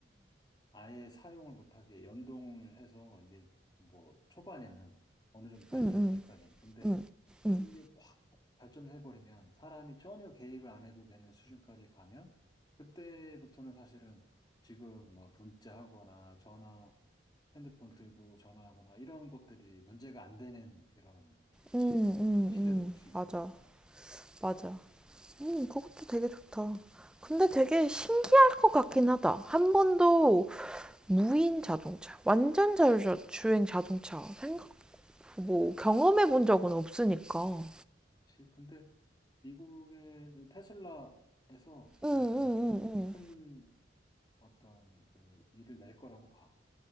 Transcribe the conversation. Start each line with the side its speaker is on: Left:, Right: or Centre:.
Left: 아예 사용을 못하게 연동을 해서 이게 뭐 초반에는 어느 정도 발전할
Centre: 음, 음,
Left: 때까지는. 근데
Centre: 음, 음,
Left: 이게 확 발전해버리면 사람이 전혀 개입을 안 해도 되는 수준까지 가면 그때부터는 사실은 지금 막 문자하거나 전화 핸드폰 들고 전화하거나 이런 것들이 문제가 안 되는 그런
Centre: 음, 음,
Left: 또 시대도
Centre: 음,
Left: 올 수 있으니까.
Centre: 맞아. 맞아. 음, 그것도 되게 좋다. 근데 되게 신기할 것 같긴 하다. 한 번도 무인 자동차, 완전 자율주행 자동차 생각 뭐 경험해 본 적은 없으니까.
Left: 치- 근데 미국의 테슬라에서
Centre: 응,
Left: 나는
Centre: 응,
Left: 좀
Centre: 응, 응.
Left: 큰 어떤 그 일을 낼 거라고 봐.